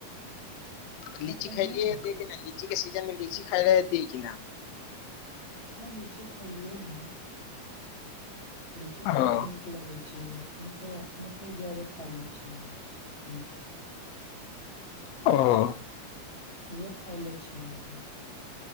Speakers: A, on the left (about 20°); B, on the left (about 80°).
A: अपने
B: लीची
A: खैलियै
B: खइलिय
A: न
B: द कि ने ल लीची के सीजन मे लीची खााय रहती है कि न
A: न लीची खाइलियै न लीची काफी
B: ओ
A: नीक लगे छै अपने अपने के जरे खले छी ल
B: ह
A: उह खाए लै छियै अभी